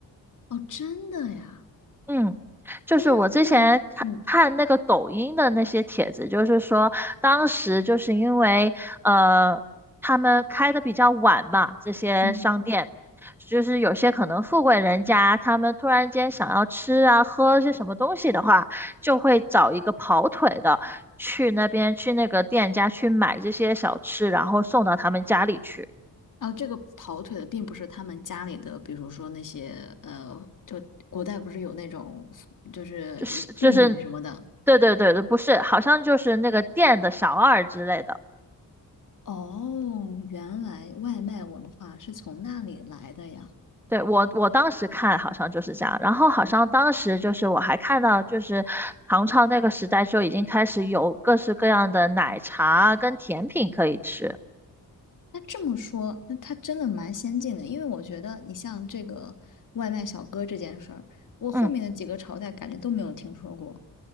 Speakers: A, on the left (about 55°); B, in the centre.
A: <laughs> 哦，真的呀？
B: 嗯，就是我之前看看那个抖音的那些帖子，
A: 但是后面，嗯
B: 就是说当时就是因为呃他们开的比较晚嘛，这些商店，
A: 嗯。
B: 就是有些可能富贵人家他们突然间想要吃啊喝些什么东西的话，就会找一个跑腿的去那边去那个店家去买这些小吃，然后送到他们家里去，
A: 然后这个跑腿的并不是他们家里的，比如说那些呃，就古代不是有那种就是呃婢女什么的。
B: 就是就是，对对对对，不是，好像就是那个店的小二之类的。
A: 哦，原来外卖文化是从那里来的呀。
B: 对，我我当时看好像就是这样，然后好像当时就是我还看到，就是唐朝那个时代就已经开始有各式各样的奶茶跟甜品可以吃。
A: 那这么说，那他真的蛮先进的，因为我觉得你像这个外卖小哥这件事儿，我后面的几个朝代感觉都没有听说过。
B: 嗯，